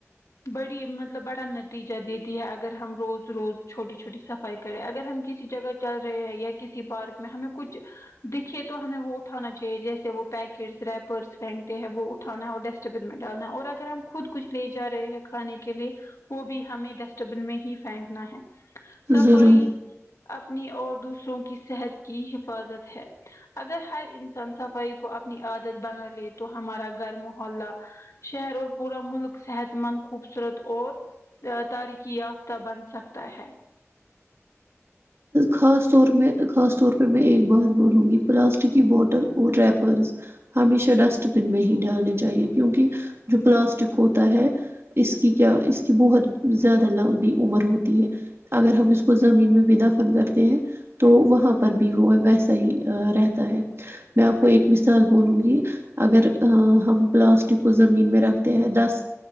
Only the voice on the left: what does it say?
بڑی مطلب بڑا نتیجہ دیتی ہے اگر ہم روز روز چھوٹی چھوٹی صفائی کرے اگر ہم کسی جگہ چل رہے ہیں یا کسی پارک میں ہمیں کچھ دکھے تو ہمیں وہ اٹھانا چاہیے جیسے وہ پیک کٹس رپپیرس پھینگتے ہیں وہ اٹھانا ہے اور ڈسٹ بن میں ڈالنا ہے اور اگر ہم خود کچھ لے جا رہے ہیں کھانے کے لیے وہ بھی ہمیں ڈسٹ بن میں ہی پھیکنا ہے صفائی
اپنی اور دوسروں کی صحت کی حفاظت ہے اگر ہر انسان صفائی کو اپنی عادت بنا لے تو ہمارا گھر موحلہ شہر اور پورا ملک صحت مند خوبصورت اور تاریخی یافتہ بن سکتا ہے